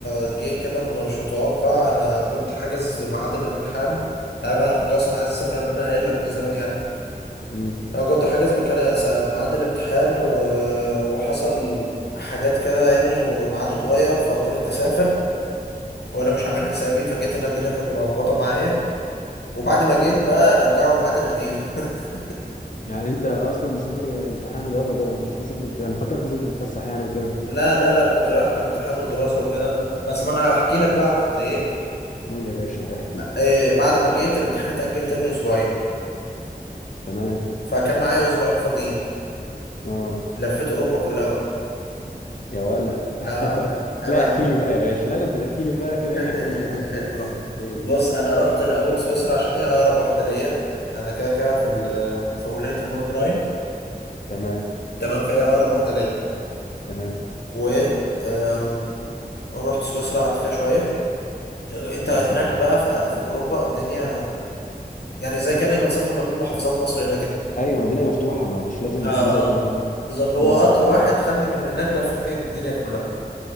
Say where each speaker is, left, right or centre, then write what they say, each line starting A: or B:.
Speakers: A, on the left; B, on the left.
A: جه كده من مش متوقع انا كنت حاجز ميعاد الامتحان انت عارف انا كنت اصلا عايز اسافر من انا قايل لك من زمان يعني
B: امم
A: انا كنت حاجز مكان س- ميعاد الامتحان و... وحصل حاجات كده يعني وميعاده اتغير فاضطريت اسافر وانا مش عامل حسابي فجيت هنا الدنيا كانت ملخبطه معايا وبعد ما جيت بقى رجعوا الميعاد القديم <laughs>
B: يعني انت اصلا مسافر امتحان ودراسه وكده ما كنتش مسافر ت- انا فاكرك مسافر تتفسح يعني وكده
A: لا لا لا كنت رايح امتحان ودراسه وكده بس ما انا هحكي لك بقى عملت ايه
B: قول يا باشا احكي
A: إيه بعد ما جيت الامتحان اتأجل تاني اسبوعين
B: تمام
A: فكان معايا اسبوعين فاضيين
B: اه
A: لفيت اوروبا كلها بقى
B: يا ولا <laughs>
A: اه عيب عيب
B: لا
A: عليك
B: احكي
A: بقى
B: لي بقى يا باشا لا ده انت تحكي لي بقى كده
A: <laughs>
B: ايه تقول لي عملت ايه ورحت فين
A: بص انا رحت الاول سويسرا عشان هي اقرب واحده ليا انا كده كده في ال- في ولايه النورد راين
B: تمام
A: تمام فهي اقرب واحده ليا
B: تمام
A: و أم، رحت سويسرا قعدت فيها شويه يعني انت هناك
B: انا اسمع
A: بقى في في اوروبا الدنيا يعني زي كانك بتسافر ما بين محافظات مصر هنا كده
B: ايوه مدينه مفتوحه ما مش لازم
A: اه
B: فيزا والكلام
A: اه
B: ده
A: بالظبط هو
B: امم
A: قطر واحد
B: أمم.
A: خدني من هناك لففني الدنيا كلها